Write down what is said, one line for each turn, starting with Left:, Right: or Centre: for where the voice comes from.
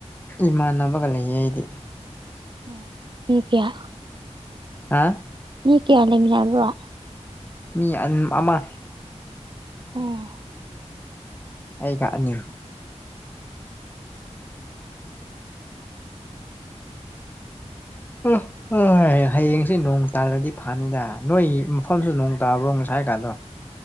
Left: ꯏꯃꯥꯟꯅꯕꯒ ꯂꯩꯌꯦ ꯑꯩꯗꯤ꯫
Right: ꯎꯝ ꯃꯤ ꯀꯌꯥ?
Left: ꯍꯥ__
Right: ꯃꯤ ꯀꯌꯥ ꯂꯩꯃꯤꯟꯅꯕ꯭ꯔꯣ?
Left: ꯃꯤ ꯑꯟ ꯑꯃ
Right: ꯎꯝ
Left: ꯑꯩꯒ ꯑꯅꯤ꯫ <inaudible> ꯍ__ ꯍꯌꯦꯡꯁꯤ ꯅꯣꯡ ꯇꯥꯔꯗꯤ ꯐꯅꯤꯗ ꯅꯣꯏ ꯃꯐꯝꯁꯨ ꯅꯣꯡ ꯇꯥꯕ꯭ꯔꯣ ꯉꯁꯥꯏ ꯀꯥꯟꯗꯣ?